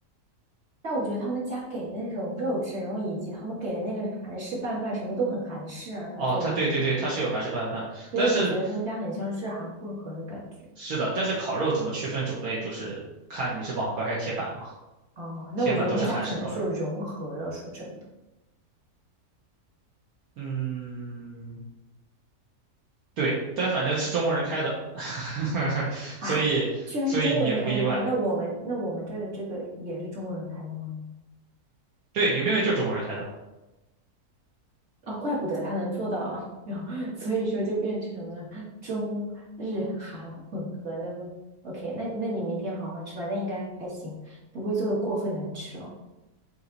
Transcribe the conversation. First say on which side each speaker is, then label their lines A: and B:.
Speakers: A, on the right (about 45°); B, on the right (about 70°).
A: 但我觉得他们家给的那种肉质，然后以及他们给的那个是韩式拌饭，什么都很韩式啊，他做的那个饭，
B: 哦，它对对对，它是有韩式拌饭，
A: 所以我觉得他们家很像日韩混合的感觉。
B: 但是是的，但是烤肉怎么区分种类，就是看你是网格还是铁板嘛。
A: 哦，
B: 铁板都是韩式烤肉，
A: 那我觉得他们家可能是有融合了。说真的
B: 嗯，对，但反正是中国人开的，<laughs>
A: 啊，
B: 所以所以你也不意外。
A: 居然是中国人开的吗？那我们那我们这儿的这个也是中国人开的吗？
B: 对，牛冰味就是中国人开的，
A: 哦，怪不得他能做到啊，然后所以说就变成了中日韩混合的吗？OK，那那你明天好好吃吧，那应该还行，不会做的过分难吃哦。